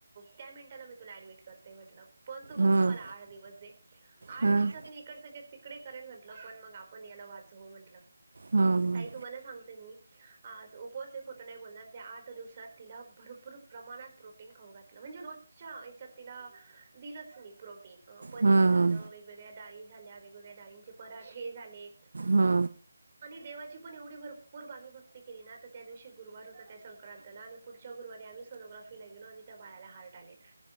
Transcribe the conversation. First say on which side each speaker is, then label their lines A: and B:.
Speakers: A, on the right (about 40°); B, on the right (about 75°).
A: त्या मिनिटाला मी तुला ऍडमिट करते म्हटलं. पण तू फक्त
B: हां
A: मला आठ दिवस दे आठ
B: हां
A: दिवसात मी इकडच जग तिकडे करेल म्हटलं पण मग आपण याला वाचव म्हटलं
B: हां
A: ताई तुम्हाला सांगते मी. आज उपवास खोटं नाही बोलणार आठ दिवसात तिला भरपूर प्रमाणात प्रो खाऊ घातल म्हणजे रोजच्या ह्याच्यात तिला दिलच मी प्रोटीन पनीर
B: हां
A: झाल वेगवेगळ्याडाळी झाल्या वेगगळ्या डाळीच्या पराठे झाले.
B: हा.
A: देवाची पण एवढी भरपूर आम्ही भक्ती केली ना तर त्या दिवशी गुरुवार होता त्या संक्रांत आणि पुढच्या गरुवारी आम्ही सोनोग्राफीला गेलो आणि त्या बाळाला हार्ट आलेत.